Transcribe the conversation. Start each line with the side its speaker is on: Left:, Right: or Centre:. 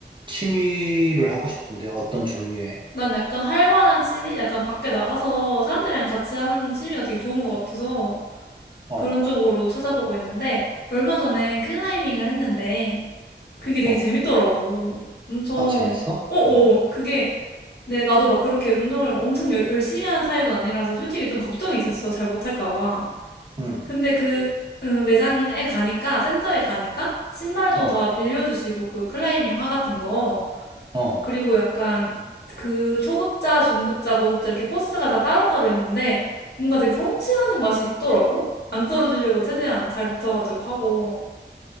Right: 취미를 하고 싶은데? 어떤 종류의?
Left: 난 약간 활발한 취미? 약간 밖에 나가서 사람들이랑 같이 하는 취미가 되게 좋은 것 같아서
Right: 어,
Left: 그런 쪽으로 찾아보고 있는데 얼마 전에 클라이밍을 했는데 그게 되게
Right: 어.
Left: 재밌더라고. 엄청,
Right: 아, 재밌어?
Left: 어어어,
Right: 어,
Left: 그게, 네, 나도 막 그렇게 운동을 엄청 열- 열심히 하는 타입은 아니라서 솔직히 좀 걱정이 됐어. 잘 못할까 봐.
Right: 응,
Left: 근데 그, 음, 매장에 가니까, 센터에 가니까 신발도
Right: 어,
Left: 다 빌려주시고 그 클라이밍 화 같은 거.
Right: 어,
Left: 그리고 약간 그 초급자, 중급자, 고급자 이렇게 코스가 다 따로따로 있는데 뭔가 되게 성취하는 맛이 있더라고. 안 떨어지려고 최대한 잘 붙어가지고 하고.